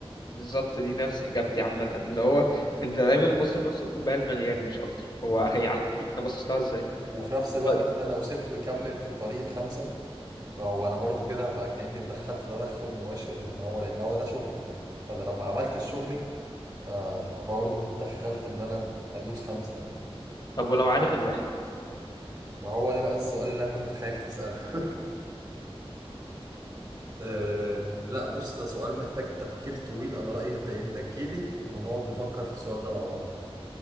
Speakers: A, on the left; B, on the right.
A: بالظبط دي نفس اجابتي عامه اللي هو انت دايما بص لنص الكوبايه المليان مش اكتر هو
B: بالظبط
A: هي على حسب انت باصص لها ازاي
B: وفي نفس الوقت
A: طيب
B: انا لو سبته يكمل في طريق الخمسة فهو انا برضو كده هبقى كأني اتدخلت تدخل مباشر ان هو لان هو ده شغلي فانا لو ما عملتش شغلي آه، هبقى برضو اتدخلت ان انا ادوس خمسة يعني
A: طب ولو عارف الواحد
B: ما هو ده بقى السؤال اللي انا كنت خايف تسأله <laughs> أه لا بص ده سؤال محتاج تفكير طويل انا رأيي انت إيه؟ انت تجيلي ونقعد نفكر في السؤال ده مع بعض